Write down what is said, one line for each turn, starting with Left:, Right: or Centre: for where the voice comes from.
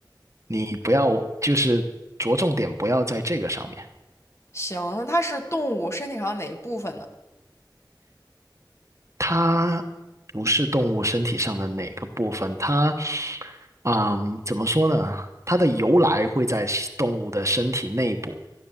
Right: 你不要，就是着重点不要在这个上面。
Left: 行，那它是动物身体上哪一部分呢？
Right: 它不是动物身体上的哪个部分，它，嗯，怎么说呢？它的由来会在是动物的身体内部，